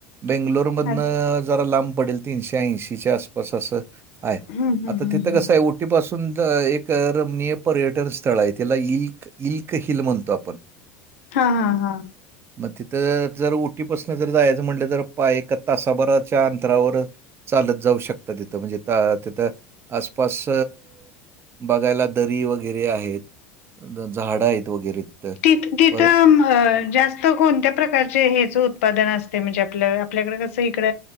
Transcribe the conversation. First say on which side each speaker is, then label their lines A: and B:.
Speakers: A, on the right; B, on the left.
A: बेंगलोरमधनं
B: हं,
A: जरा लांब पडेल तीनशे ऐंशीच्या आसपास असं आहे.
B: हं, हं,
A: आता तिथं
B: हं.
A: कसं आहे उटीपासून एक रमणीय पर्यटन स्थळ आहे तिला इईल. इलक हिल म्हणतो आपण.
B: हा हा हा.
A: मग तिथं जर उटीपासन जर जायचं म्हटलं तर पा ए तासाभराच्या अंतरावर. चालत जाऊ शकत तिथं म्हणजे तिथं आसपास. बघायला दरी वगैरे आहेत झाडं आहेत वगैरे.
B: तिथ तिथं
A: पर
B: जास्त कोणत्या प्रकारचे हेच उत्पादन असते म्हणजे आपल्या आपल्याकडे कसं इकड